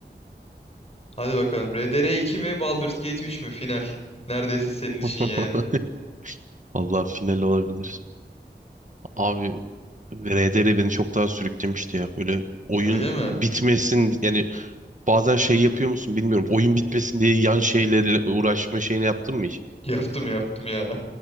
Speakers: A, on the left; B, on the right.
A: Hadi bakalım. RDR iki mi Baldur's Gate 3 mü? Final. Neredeyse senin işin
B: <laughs>
A: yani.
B: Allah final olabilir. Abi RDR beni çok daha sürüklemişti ya. Böyle oyun
A: Öyle mi?
B: bitmesin yani bazen şey yapıyor musun bilmiyorum. Oyun bitmesin diye yan şeylerle uğraşma şeyini yaptın mı hiç?
A: Yaptım yaptım ya.